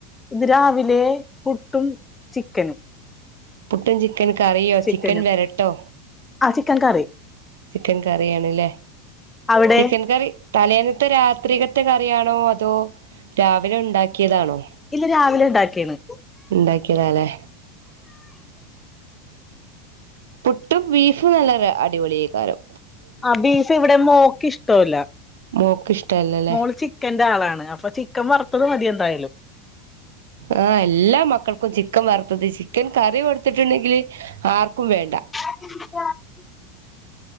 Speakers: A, on the left; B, on the right.
A: ഇത് രാവിലെ പുട്ടും ചിക്കനും
B: പുട്ടും ചിക്കൻ കറിയോ
A: ചിക്കനും
B: ചിക്കൻ വെരട്ടോ?
A: ആ ചിക്കൻ കറി
B: ചിക്കൻ കറിയണല്ലേ
A: അവിടെ
B: ചിക്കൻ കറി തലേന്നത്തെ രാത്രികത്തെ കറിയാണോ അതോ രാവിലെ ഉണ്ടാക്കിയതാണോ?
A: ഇല്ല രാവിലെ ഉണ്ടാക്കിയാണ്.
B: ഇണ്ടാക്കിയതാല്ലേ? പുട്ടും ബീഫും നല്ലരു അടിപൊളിഅയ്ക്കാരം.
A: ആഹ് ബീഫ് ഇവിടെ മോക്ക് ഇഷ്ടല്ല
B: മോക്ക് ഇഷ്ടല്ലല്ലേ
A: മോള് ചി ക്കന്റെ ആളാണ് അപ്പൊ ചിക്കൻ വറുത്തത് മതിയ എന്തായാലും
B: ആഹ് എല്ലാ മക്കൾക്കും ചിക്കൻ വറുത്തത് ചിക്കൻ കറി കൊടുത്തിട്ടുണ്ടെങ്കില് ആർക്കും വേണ്ട
A: <inaudible>